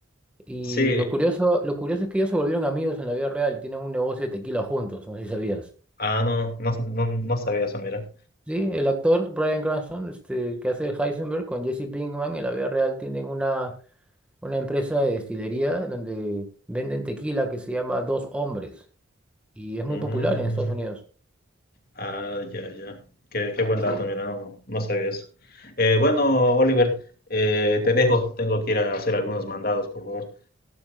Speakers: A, in the centre; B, on the left.
A: Y
B: Sí,
A: lo curioso, lo curioso es que ellos se volvieron amigos en la vida real, tienen un negocio de tequila juntos, no sé si sabías.
B: ah, no, no, no, no sabía eso, mira.
A: Sí, el actor Bryan Cranston, este, que hace de Heisenberg con Jesse Pinkman en la vida real tienen una una empresa de destilería donde venden tequila que se llama Dos Hombres y es muy
B: Mm.
A: popular en Estados Unidos.
B: Ah, ya, ya. Qué, qué buen dato,
A: Sí.
B: mira, no, no sabía eso. Eh, bueno, Oliver, eh, te dejo, tengo que ir a hacer algunos mandados, por favor.